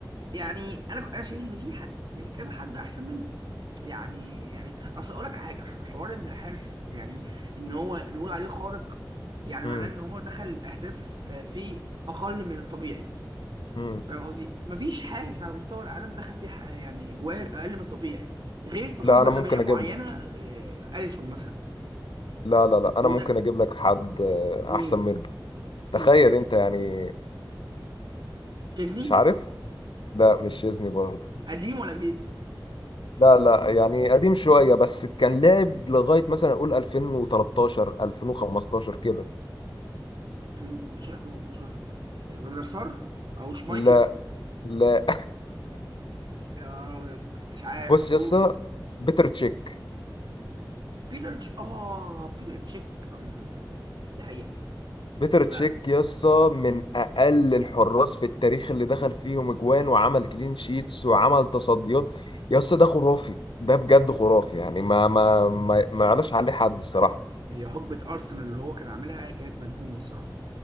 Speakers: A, on the right; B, on the left.
A: يعني انا انا شايف ان في حد يعني كذا حد احسن منه يعني يعني اصل اقول لك على حاجة حوار ان الحارس يعني ان هو نقول عليه خارق يعني
B: مم.
A: معناه ان هو دخل اهداف آه، في اقل من الطبيعي
B: مم.
A: فاهم قصدي مفيش حارس على مستوى العالم دخل فيه ح- يعني اجوال اقل من الطبيعي غير في حقبه
B: لا انا
A: زمنيه
B: ممكن
A: معينه
B: اجيب لك
A: آه، اليسون مثلا
B: لا لا لا
A: وده
B: انا ممكن اجيب لك حد آه،
A: مين
B: احسن منه تخيل
A: مين
B: انت يعني
A: تشيزني
B: مش عارف لا مش شيزني برضه
A: قديم ولا جديد
B: لا لا يعني قديم شوية بس كان لعب لغاية مثلا أقول 2013 2015 كده
A: 2018 2013 فاندر سار او شمايكل
B: لا لا
A: يا نهار أبيض. مش عارف
B: بص يا
A: قول
B: اسطى بيتر تشيك
A: بيتر تش... اه بيتر تشيك أم، أم. دي حقيقه
B: بيتر تشيك
A: لا
B: يا اسطى من أقل الحراس في التاريخ اللي دخل فيهم أجوان وعمل كلين شيتس وعمل تصديات يا اسطى ده خرافي ده بجد خرافي يعني ما ما ما, ما يعلاش عليه حد الصراحة
A: هي حقبه ارسنال اللي هو كان عاملها كانت مجنونه الصراحه